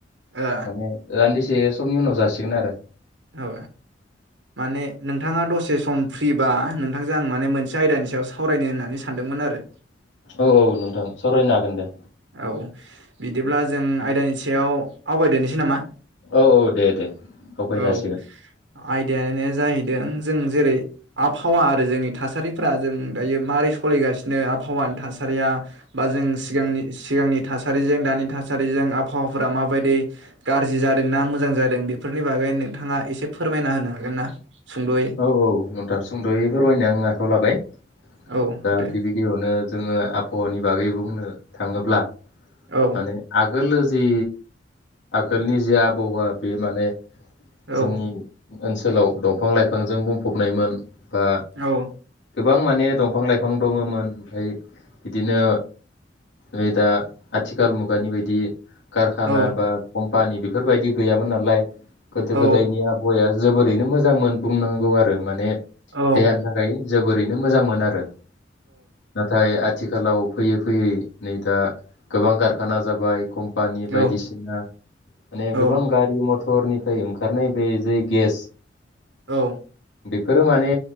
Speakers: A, on the right; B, on the left.
A: ओ
B: माने रानदि से समनि उनाव जासिगोन आरो।
A: औ माने नोंथाङा दसे से सम फ्रिबा नोंथांजों आं माने मोनसे आयदानि सायाव सावरायनो होननानै सानदोंमोन आरो।
B: औ औ नोंथां सावरायनो हागोन दे।
A: औ बिदिब्ला जों आयदानि सायाव आवगायदोनिसै नामा?
B: औ औ दे दे आवगायनो
A: औ
B: हासिगोन।
A: आयदायानो जाहैदों जों जेरै आबहावा आरो जोंनि थासारिफ्रा जों दायो माबारै सोलिगासिनो आबहावानि थासारिया बा जों सिगांनि सिगांनि थासारिजों दानि थासारिजों आबहावाफोरा माबायदि गाज्रि जादोंना मोजां जादों बेफोरनि बागै नोंथाङा एसे फोरमायना होनो हागोन ना? सुंद'यै
B: औ औ नोंथां सुंद'यै फोरमायनो आं आखाइआव लाबाय।
A: औ
B: दा
A: दे
B: गिबि गिबियावनो जोङो आबहावानि बागै बुंनो थाङोब्ला
A: औ
B: माने आग गोलोजि आगोलनि जि आबहावा बे माने
A: औ
B: जोंनि ओनसोलाव दं। दंफां-लाइफांजों बुंफबनायमोन। बा
A: औ।
B: गोबां माने दंफां-लाइफां दङ'मोन ओमफाय बिदिनो नै दा आथिखाल मुगानि बायदि। कारखाना
A: औ
B: बा कम पानि बेफोरबायदि गैयामोन नालाय गोदो-गोदायनि
A: औ
B: आबहावाया जोबोरैनो मोजां मोन। बुंनांगौ आरो माने
A: औ
B: देहानि थाखाय जोबोरैनो मोजां मोन आरो। नाथाय आथ थिखालाव फैयै फैयै नै दा गोबां कारखाना जाबाय कम पानि बायदिसिना
A: औ
B: माने
A: औ
B: गोबां गारि मथ थरनिफ्राय ओंखारनाय बे जे गेस
A: औ।
B: फोरो माने